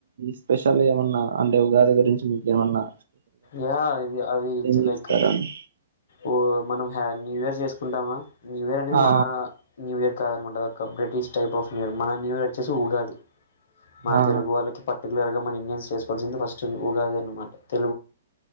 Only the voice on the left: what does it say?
యా అది అది
లైక్ ఓ మనం హ న్యూ ఇయర్ చేసుకుంటామా న్యూ ఇయర్ అనేది
మన న్యూ ఇయర్ కాద అనమాట ఒక బ్రిటిష్ టైప్ ఆఫ్న్యర్ మన న్యూయ వచ్చసి ఉగాది మన
తెలుగు వాళ్ళకి పర్టికులర్ గా మన ఇండియన్స్ చేసుకోవాల్సింది ఫస్ట్ ఉగాది అన్నమాట తె